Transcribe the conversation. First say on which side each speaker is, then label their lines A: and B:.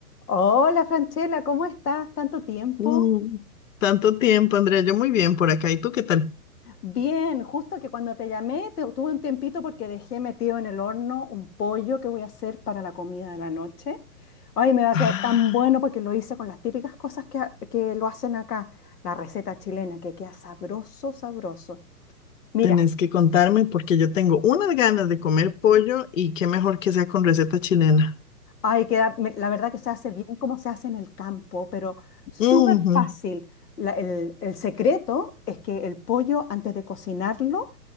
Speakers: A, on the left; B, on the left.
A: Hola Franchela, ¿cómo estás? ¿Tanto tiempo?
B: Mm, tanto tiempo, Andrea. Yo muy bien por acá. ¿Y tú qué tal?
A: Bien, justo que cuando te llamé te- tuve un tiempito porque dejé metido en el horno un pollo que voy a hacer para la comida de la noche. Ay, me va a
B: Ah,
A: quedar tan bueno porque lo hice con las típicas cosas que, ha- que lo hacen acá, la receta chilena, que queda sabroso, sabroso. Mira,
B: tenés que contarme porque yo tengo unas ganas de comer pollo y qué mejor que sea con receta chilena.
A: ay, queda, me- la verdad que se hace bien como se hace en el campo, pero súper
B: Ujú,
A: fácil. La- el el secreto es que el pollo, antes de cocinarlo,